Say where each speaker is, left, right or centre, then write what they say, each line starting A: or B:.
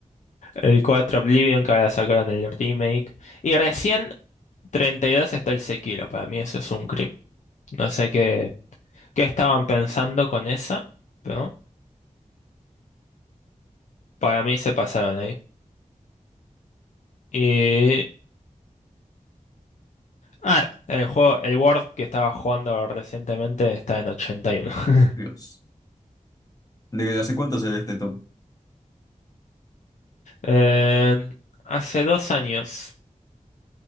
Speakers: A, on the left; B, on the left.
A: El 4 Oblivion que ahora sacaron el remake. Y recién 32 está el Sekiro. Para mí eso es un crimen. No sé qué, qué estaban pensando con esa, pero para mí se pasaron ahí. Ah, el juego, el Word que estaba jugando recientemente está en 81. <laughs>
B: Dios. ¿De hace cuánto se ve este top?
A: Eh, hace dos años.